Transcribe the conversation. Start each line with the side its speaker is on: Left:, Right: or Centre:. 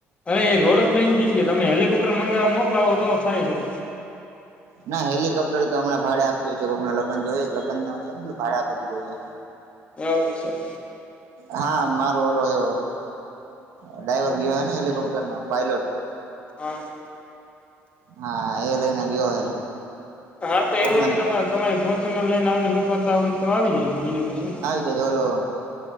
Left: અરે એ રોડ જ બંધ થઈ ગયો, તમે હેલિકોપ્ટર મોકલાવો તો થાય છે.
Right: ના હેલિકપ્ટર તો હણાં ભાડે આપીએ છે કોઈકના લગન જો જ લગ્ન ના છે ને એટલે ભાડે આપી દીધું છે.
Left: હા સર
Right: હા મારો ઓલો એવ ડાઈવર બીયો હ ને હેલિકોપ્ટર નો પાયલોટ
Left: હા
Right: હા એ લઈને ગયો હે.
Left: હા તો
Right: કોકના
Left: એવું હોય તો તમે તમારી ફોરચુને લઈને આવી શકોતા હોય તો આવી જાયજ બીજો તો શું.
Right: કે ચાલો.